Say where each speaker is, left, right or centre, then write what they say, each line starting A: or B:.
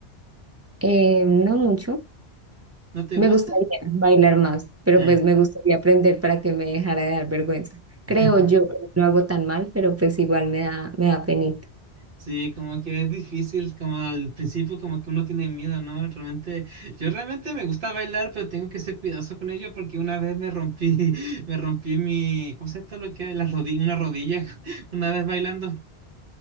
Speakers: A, on the right; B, on the right.
A: Eh, no mucho.
B: ¿No te
A: Me
B: gusta?
A: gustaría bailar más, pero
B: Ah.
A: pues me gustaría aprender para que me dejara de dar vergüenza. Creo
B: <laughs>
A: yo que no lo hago tan mal, pero pues igual me da, me da penita.
B: Sí, como que es difícil, como al principio como que uno tiene miedo, ¿no? Realmente, yo realmente me gusta bailar, pero tengo que ser cuidadoso con ello porque una vez me rompí, <laughs> me rompí mi, ¿cómo se llama esto lo que hay? La rodilla, una rodilla, <laughs> una vez bailando.